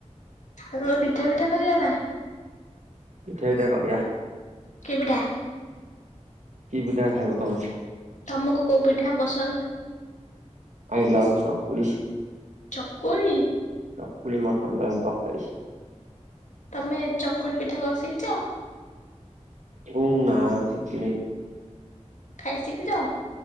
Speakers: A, on the left; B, on the right.
A: ତମର ପିଠା ଫିଠା କରିବ ନା?
B: ପିଠା ଫିଠା କରିବା।
A: କି ପିଠା?
B: କି ପିଠା ଖାଇବ ତମେ?
A: ତମୁକୁ କୋଉ ପିଠା ପସନ୍ଦ?
B: ଆଇ ଲଭ୍ ଚକୁଳି।
A: ଚକୁଳି।
B: ଚକୁଳି ମଟର ଆଳୁ ତରକାରୀ।
A: ତମେ ଚକୁଳି ପିଠା କରି ଶିଖିଚ?
B: ହୁଁ ନା ଶିଖିନି।
A: ଖାଇ ସିକିଚ।